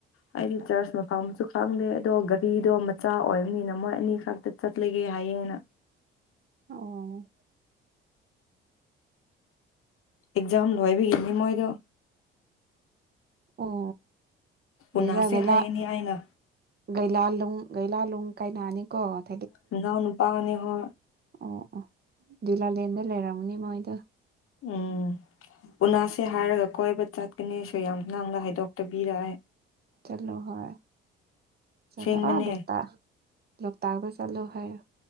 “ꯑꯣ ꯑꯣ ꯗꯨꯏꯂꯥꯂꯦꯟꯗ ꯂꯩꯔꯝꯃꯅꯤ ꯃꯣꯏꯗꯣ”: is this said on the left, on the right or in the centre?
Right